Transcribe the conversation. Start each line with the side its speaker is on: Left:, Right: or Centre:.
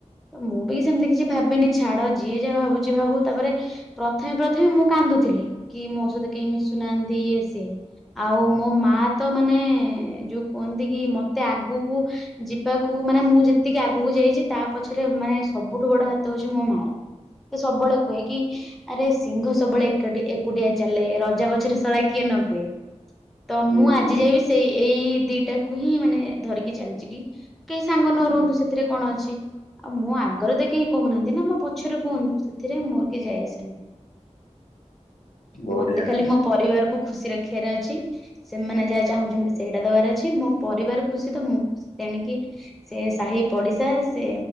Centre: ମୁଁ ବି ସେମିତି କିଛି ଭାବେନି, ଛାଡ ଯିଏ ଯାହା ଭାବୁଛି ଭାବୁ। ତାପରେ ପ୍ରଥମେ ପ୍ରଥମେ ମୁଁ କାନ୍ଦୁଥିଲି, କି ମୋ ସହିତ କେହି ମିଶୁ ନାହାଁନ୍ତି ଇଏ ସିଏ। ଆଉ ମୋ ମା ତ ମାନେ ଯୋଉ କୁହନ୍ତି କି ମତେ ଆଗକୁ ଯି ଯିବାକୁ ମାନେ ମୁଁ ଯେତିକି ଆଗକୁ ଯାଇଛି ତା ପଛରେ ମାନେ ସବୁଠୁ ବଡ ହାତ ହଉଛି ମୋ ମା ର। ସେ ସବୁବେଳେ କୁହେ କି ଆରେ ସିଂଘ ସବୁବେଳେ ଏକାଟି ଏକୁଟିଆ ଚାଲେ, ରଜା ପଛରେ ସଳା କିଏ ନ କୁହେ। ତ ମୁଁ
Left: ହୁଁ
Centre: ଆଜି
Left: ହୁଁ
Centre: ଯାଏ ବି ସେଇ ଏଇ ଦିଟାକୁ ହିଁ ମାନେ ଧରିକି ଚାଲିଛି କି କେହି ସାଙ୍ଗ
Left: ହୁଁ
Centre: ନ ରୁହନ୍ତୁ ସେଥିରେ କଣ ଅଛି। ଆଉ ମୋ ଆଗରେ ତ କେହି କହୁନାହାନ୍ତି ନା ମୋ ପଛରେ କୁହନ୍ତୁ, ସେଥିରେ ମୋର କେହି ଯାଏ ଆସେନାହିଁ।
Left: ବଢିଆ।
Centre: ମତେ ଖାଲି ମୋ ପରିବାରକୁ ଖୁସି ରଖିବାର ଅଛି। ସେମାନେ ଯାହା ଚାହୁଁଛନ୍ତି ସେଇଟା ଦବାର ଅଛି, ମୋ ପରିବାର ଖୁସି ତ ମୁଁ ଖୁସି ତେଣି କି ସେ ସାହି ପଡିଶା ସେ